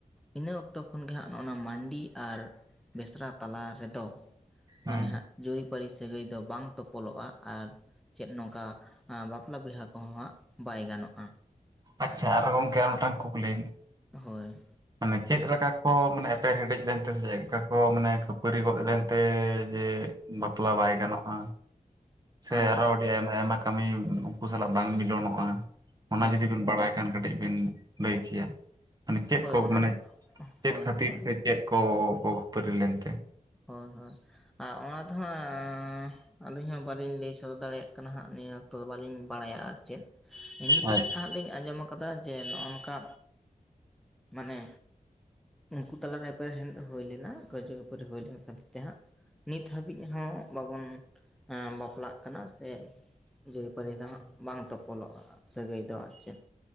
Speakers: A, in the centre; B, on the right (about 25°).
A: ᱤᱱᱟᱹ ᱚᱠᱛᱚ ᱠᱷᱚᱱᱜᱮ ᱦᱟᱸᱜ ᱱᱚᱜᱼ ᱱᱟ ᱢᱟᱱᱰᱤ ᱟᱨ ᱵᱮᱥᱨᱟ ᱛᱟᱞᱟ ᱨᱮᱫᱚ
B: ᱦᱮᱸ
A: ᱢᱟᱱᱮ ᱦᱟᱸᱜ ᱡᱩᱨᱤ ᱯᱟᱹᱨᱤ ᱥᱟᱹᱜᱟᱹᱭ ᱫᱚ ᱵᱟᱝ ᱛᱚᱯᱚᱞᱚᱜᱼᱟ ᱟᱨ ᱪᱮᱫ ᱱᱚᱝᱠᱟ ᱵᱟᱯᱞᱟ ᱵᱤᱦᱟ ᱠᱚᱦᱚᱸ ᱦᱟᱸᱜ ᱵᱟᱭ ᱜᱟᱱᱚᱜᱼᱟ
B: ᱟᱪᱪᱷᱟ ᱟᱨᱦᱚᱸ ᱜᱚᱢᱠᱮ ᱟᱨ ᱢᱤᱫᱴᱟᱹᱝ ᱠᱩᱠᱞᱤ
A: ᱦᱚᱭ
B: ᱢᱟᱱᱮ ᱪᱮᱫ ᱞᱮᱠᱟ ᱠᱚ ᱢᱟᱱᱮ ᱮᱯᱮᱨ ᱦᱮᱸᱰᱮᱡ ᱞᱮᱱᱛᱮ ᱥᱮ ᱪᱮᱫ ᱞᱮᱠᱟ ᱠᱚ ᱢᱟᱱᱮ ᱠᱷᱟᱹᱯᱟᱹᱨᱤ ᱜᱚᱫ ᱞᱮᱱᱛᱮ ᱡᱮ ᱵᱟᱯᱞᱟ ᱵᱟᱭ ᱜᱟᱱᱚᱜᱼᱟ ᱥᱮ
A: ᱟᱪᱪᱷᱟ
B: ᱟᱨᱦᱚᱸ ᱟᱹᱰᱤ ᱟᱭᱢᱟ ᱟᱭᱢᱟ ᱠᱟᱹᱢᱤ ᱩᱱᱠᱩ ᱥᱟᱞᱟᱜ ᱵᱟᱝ ᱢᱤᱞᱚᱱᱚᱜᱼᱟ ᱚᱱᱟ
A: ᱦᱳᱭ
B: ᱡᱩᱫᱤ ᱵᱤᱱ
A: ᱦᱳᱭ
B: ᱵᱟᱲᱟᱭ ᱠᱷᱟᱱ ᱠᱟᱹᱴᱤᱡ ᱵᱤᱱ ᱞᱟᱹᱭ ᱠᱮᱭᱟ ᱢᱟᱱᱮ ᱪᱮᱫ
A: ᱦᱳᱭ
B: ᱠᱚ
A: ᱚᱱᱟ
B: ᱢᱟᱱᱮ ᱪᱮᱫ
A: ᱦᱳᱭ
B: ᱠᱷᱟᱹᱛᱤᱨ
A: ᱦᱳᱭ
B: ᱥᱮ ᱪᱮᱫ ᱠᱚ ᱠᱷᱟᱹᱯᱟᱹᱨᱤ ᱞᱮᱱᱛᱮ
A: ᱦᱚᱭ ᱦᱚᱭ ᱟᱨ ᱚᱱᱟ ᱫᱚ ᱦᱟᱸᱜ ᱟᱹᱞᱤᱧ ᱦᱚᱸ ᱵᱟᱹᱞᱤᱧ ᱞᱟᱹᱭ ᱥᱚᱫᱚᱨ ᱫᱟᱲᱮᱭᱟᱜ ᱠᱟᱱᱟ ᱦᱟᱸᱜ ᱱᱤᱭᱟᱹ ᱚᱠᱛᱚ ᱫᱚ ᱵᱟᱹᱞᱤᱧ ᱵᱟᱲᱟᱭᱟ ᱟᱨ ᱪᱮᱫ <unintelligible>
B: ᱟᱪᱪᱷᱟ
A: ᱦᱟᱸᱜ ᱞᱤᱧ ᱟᱸᱡᱚᱢ ᱟᱠᱟᱫᱟ ᱡᱮ ᱱᱚᱜᱼᱚ ᱱᱚᱝᱠᱟ ᱢᱟᱱᱮ ᱩᱱᱠᱩ ᱛᱟᱞᱟᱨᱮ ᱮᱯᱮᱨᱦᱮᱱ ᱦᱩᱭ ᱞᱮᱱᱟ <unintelligible> ᱦᱩᱭ ᱞᱮᱱᱟ ᱠᱷᱟᱹᱛᱤᱨ ᱛᱮ ᱦᱟᱸᱜ ᱱᱤᱛ ᱦᱟᱹᱵᱤᱡ ᱦᱚᱸ ᱵᱟᱵᱚᱱ ᱵᱟᱯᱞᱟᱜ ᱠᱟᱱᱟ ᱥᱮ ᱡᱩᱨᱤ ᱯᱟᱹᱨᱤ ᱫᱚ ᱦᱟᱸᱜ ᱵᱟᱝ ᱛᱚᱯᱚᱞᱚᱜᱼᱟ ᱥᱟᱹᱜᱟᱹᱭ ᱫᱚ ᱟᱨ ᱪᱮᱫ